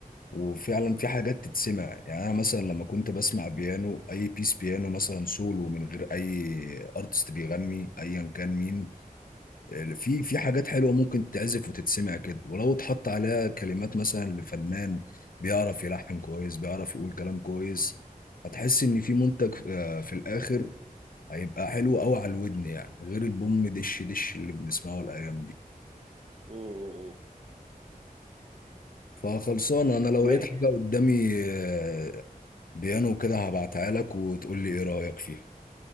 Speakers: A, on the left (about 70°); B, on the right (about 45°).
A: وفعلا في حاجات تتسمع يعني انا مثلا لما كنت بسمع بيانو اي بيس بيانو مثلا سولو من غير اي ارتست بيغني ايا كان مين آه، في في حاجات حلوه ممكن تتعزف وتتسمع كده ولو اتحط عليها كلمات مثلا لفنان بيعرف يلحن كويس بيعرف يقول كلام كويس هتحس ان في منتج آه، في الاخر هيبقى حلو قوي على الودن يعني غير البوم دش دش اللي بنسمعه الايام دي
B: م- م- م.
A: فخلصان انا لو
B: ماشي
A: لقيت حاجه قدامي آه، بيانو كده هبعتها لك وتقول لي ايه رايك فيها